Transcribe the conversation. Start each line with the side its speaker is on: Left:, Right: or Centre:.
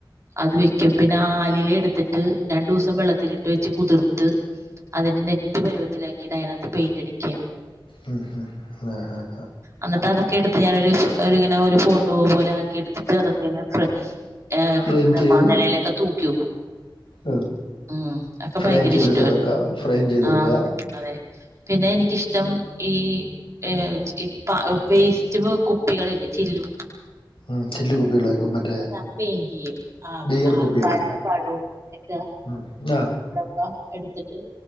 Right: അത് വെ ക്കും പിന്നെ ആലില എടുത്തിട്ട് രണ്ടു ദിവസം വെള്ളത്തിലിട്ട് വെച്ച് കുതിർത്ത് അതിനെ നെറ്റ് പരുവത്തിലാക്കിയിട്ട് അതിനകത്ത് പെയിന്റ് അടിക്കാ
Left: ഉം ഉം ആഹ് ഹാ ഹാ
Right: എന്നിട്ട് അതൊക്കെ എടുത്ത് ഞാനൊരു ഫോ ഒരു ഇങ്ങനെ ഒരു ഫോട്ടോ പോലെ ആ ക്കി എടുത്തിട്ട് അതൊക്കെ ഇങ്ങനെ ഫ്രെ ഏഹ്
Left: ഫ്രെയിം
Right: ഇവിടെ
Left: ചെയ്ത്
Right: മ നെലയിലൊക്കെ തൂക്കി വെക്കും
Left: ആ,
Right: ഉം അതൊക്കെ
Left: ഫ്രെയിം
Right: ഭയങ്കര
Left: ചെയ്തൊക്കെ
Right: ഇഷ്ടാ
Left: വെക്കുക
Right: <unintelligible>
Left: ഫ്രെയിം ചെയ്ത് വെക്കുക
Right: ആഹ് അതെ പിന്നെ എനിക്കിഷ്ടം ഈ ഏഹ് ഈ പ വേസ്റ്റ് ബോ കുപ്പികളില്ലേ ചില്ലു
Left: ഉം ചില്ല് കുപ്പികളേക്ക മറ്റേ
Right: ഞാൻ പെയിന്റ് ചെയ്യും. ആ
Left: ബിയർ കുപ്പികള്
Right: ആൾക്കാരുടെ പടവും ഒക്കെ
Left: ഉം ആഹ്
Right: <unintelligible> എടുത്തിട്ട്